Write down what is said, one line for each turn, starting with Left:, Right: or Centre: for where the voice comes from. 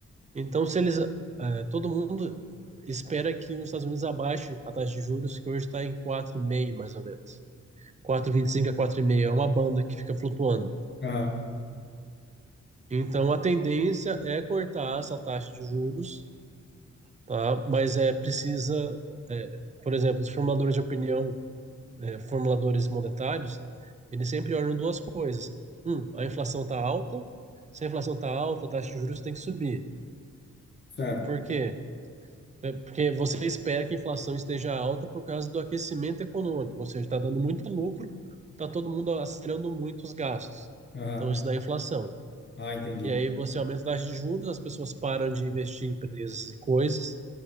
Right: Então, se eles, eh, todo mundo espera que os Estados Unidos abaixe a taxa de juros, que hoje está em 4,5 mais ou menos. quatro vírgula vinte e cinco a 4,5 é uma banda que fica flutuando.
Left: Aham.
Right: Então, a tendência é cortar essa taxa de juros, tá? Mas é precisa, eh, por exemplo, os formuladores de opinião, eh, formuladores monetários, eles sempre olham duas coisas. Um, a inflação está alta. Se a inflação está alta, a taxa de juros tem que subir.
Left: Certo.
Right: Por quê? É, porque você espera que a inflação esteja alta por causa do aquecimento econômico, ou seja, está dando muito lucro, está todo mundo acelerando muito os gastos.
Left: Aham.
Right: Então, isso dá inflação.
Left: Ah, entendi.
Right: E aí você aumenta a taxa de juros, as pessoas param de investir em empresas e coisas